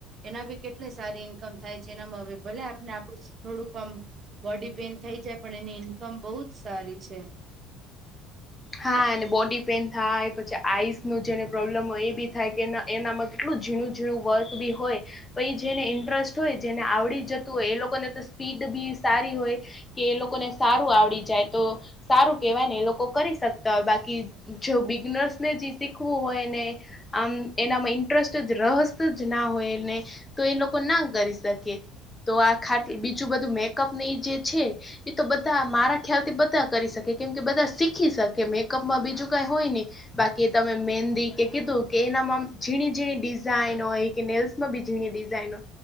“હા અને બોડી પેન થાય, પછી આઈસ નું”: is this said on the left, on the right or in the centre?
Left